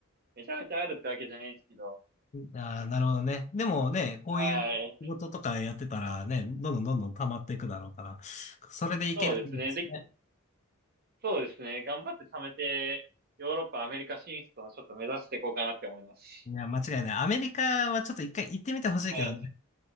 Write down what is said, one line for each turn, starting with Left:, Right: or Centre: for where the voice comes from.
Right: めちゃめちゃあるってわけじゃないんですけど。
Left: ああー、なるほどね。でもね、こういう仕事とかやってたらね、
Right: はい。
Left: どんどんどんどん溜まっていくだろうから、それでいけるといいんですね。
Right: そうですね。そうですね。頑張って貯めて、ヨーロッパ、アメリカ進出をちょっと目指していこうかなって思います。
Left: いや、間違いない。アメリカはちょっと一回行ってみてほしいけどね。
Right: はい。